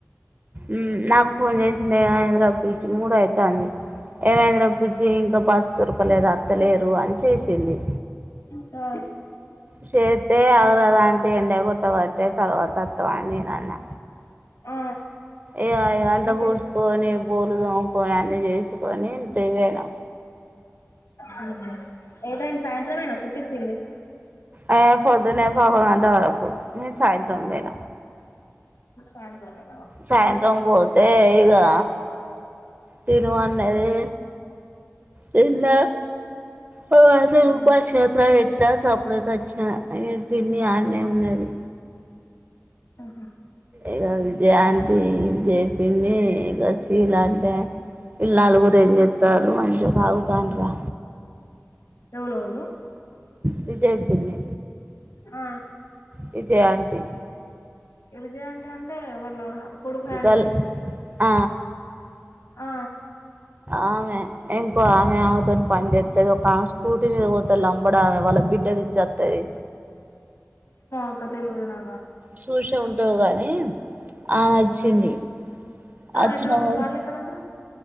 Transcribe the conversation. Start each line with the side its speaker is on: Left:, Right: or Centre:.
Right: మ్మ్ నాకు ఫోన్ చేసింది ఏం అయింది రా బుజ్జి ప మూడ అవుతుంది ఏం అయ్యింది రా బుజ్జి ఇంకా పాస్తూరు లేదు అత్తలేరు అని చేస్ చెల్లి
Left: మ్మ్ ఆ
Right: శత్తే ఆగరాదు ఆంటీ ఎండ గొట్టవట్టే తర్వాత వత్తవా అని నేను అన్నా
Left: ఆ
Right: ఏ అయి అంట్లా
Left: ఉంటే
Right: కూర్చుకొని బోలు దోముకోని ఆ అన్నీ చేసుకొనిన్ చేవేడం
Left: హూ హుమ్ ఏ టైం సాయంత్రమేనా కుట్టిచ్చింది
Right: అయే పొద్దునే పదకొండు గంటల వరకు నేను సాయంత్రం పోయినా
Left: న్ సాయంత్రం పోయి
Right: సాయంత్రం పోోత్ తే ఇగా తినువాన్నది తిన్న తరువాత రూపాయి
Left: ఆ
Right: చేతులా పెట్టి ఇద సపుడ కి వచ్చిన ఇగ పిన్ని అన్నే ఉండది
Left: ఆహా
Right: ఏదో విజయ
Left: బానే
Right: ఆంటీ
Left: ఉంది
Right: జె పిన్ని గసి ఇలా అంటే వీళ్ళు నలుగురు ఏం చెత్తారు మంచిగా తగుతాను రా
Left: ఎవలెవలు
Right: విజయ పిన్ని
Left: ఆ
Right: విజయ ఆంటీ
Left: ఎ విజయ ఆంటీ అంటే వాళ్ళ కొడుకు హ్యాండీక్యాప్డ్
Right: గల్ ఆ
Left: ఆ
Right: ఆమె ఎం ప్పు ఆమె ఆమెతో పనిచస్తది ఒక ఆమె స్కూటీ మీద పోత లంబడా ఆమె వాళ్ళ బిడ్డ దించి వస్తది
Left: పక్క తెలుగుదు నా
Right: సూచె ఉంట ఆ గానే ఆ వచ్చింది
Left: ఆహా ఆమె
Right: వచ్చిన
Left: ఎక్కడ ఉంటరు
Right: వాళ్ళు
Left: ఎక్కడ ఉంటరు